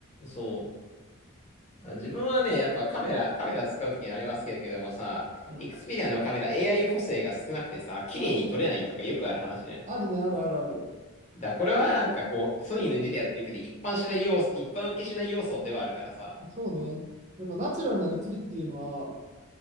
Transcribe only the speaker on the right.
うん。
まあ、あるね、あるあるある。
そうね。やっぱナチュラルな写りっていうのは、